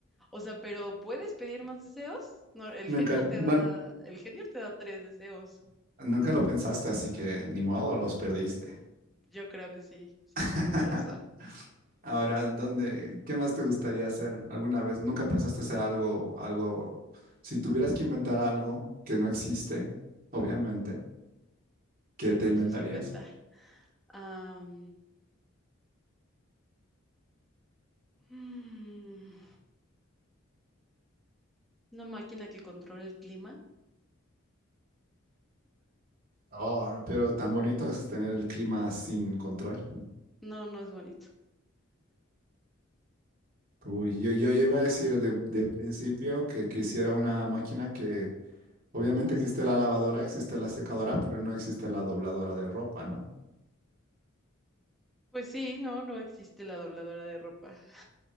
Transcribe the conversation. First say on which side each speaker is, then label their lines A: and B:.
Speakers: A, in the centre; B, on the right.
A: O sea, pero ¿puedes pedir más deseos? No, el
B: Nunca,
A: genio te
B: no-
A: da, el genio te da tres deseos.
B: nunca lo pensaste, así que ni modo, los perdiste.
A: Yo creo que sí, sí,
B: <laughs>
A: tienes razón.
B: Ahora, ¿dónde, qué más te gustaría hacer alguna vez? ¿Nunca pensaste hacer algo, algo, si tuvieras que inventar algo que no existe, obviamente, ¿qué
A: Sí,
B: te
A: por
B: inventarías?
A: eso es inventar. Am, mm, una máquina que controle el clima.
B: Oh, pero tan bonito es tener el clima sin control.
A: No, no es bonito.
B: Uy, yo, yo, yo iba a decir de, de principio que quisiera una máquina que, obviamente existe la lavadora, existe la secadora, pero no existe la dobladora de ropa, ¿no?
A: Pues sí, no, no existe la dobladora de ropa